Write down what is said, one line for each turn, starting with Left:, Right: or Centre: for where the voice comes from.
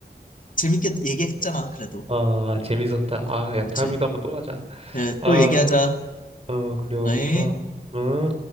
Left: 재밌게 얘기했잖아, 그래도.
Right: 아, 재밌었다. 아, 야,
Left: 그치?
Right: 다음에도 한번 또 하자.
Left: 그래,
Right: 아.
Left: 또 얘기하자.
Right: 어, 그래요.
Left: 어이?
Right: 아, 아.